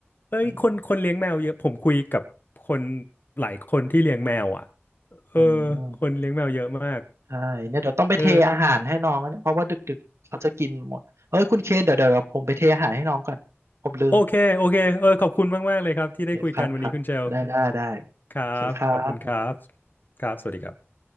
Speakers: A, on the left; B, on the right.
A: เอ้ยคนคนเลี้ยงแมวเยอะผมคุยกับคน
B: อืม
A: หลายคนที่เลี้ยงแมวอ่ะเออ
B: อืม
A: คนเลี้ยงแมวเยอะมาก
B: ใช่เนี่ยเดี๋ยวต้องไปเทอาหารให้น้องแล้วเนี่ยเพราะว่าดึกๆเขาจะกินหมดเอ้ยคุณเคนเดี๋ยวเดี๋ยวเดี๋ยวผมไปเทอาหารให้น้องก่อนผมลืม
A: เออโอเคโอเคเออขอบคุณมากๆเลยครับที่ได้คุยกันวันนี้คุณเชล
B: โอเคครับครับได้ได้ได้
A: ครับขอบคุณครับ
B: โอเคครับ
A: ครับสวัสดีครับ